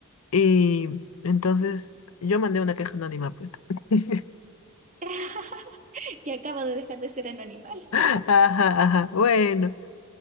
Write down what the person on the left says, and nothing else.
Y entonces yo mandé una queja anónima, pues. <laughs>
Ajá, ajá, bueno,